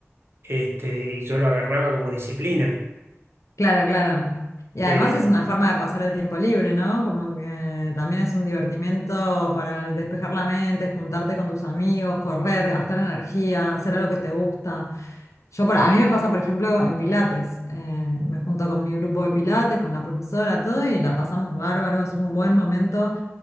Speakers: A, on the right (about 55°); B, on the left (about 85°).
A: este, y yo lo agarraba como disciplina.
B: claro, claro. Y además
A: Eh,
B: es una forma de pasar el tiempo libre, ¿no? Como que también es un divertimento para despejar la mente, juntarte con tus amigos, correr, gastar energía, hacer algo que te gusta. Yo, por- a mí me pasa, por ejemplo, en Pilates. Eh, me junto con mi grupo de Pilates, con la profesora, todo, y la pasamos bárbaro. Es un buen momento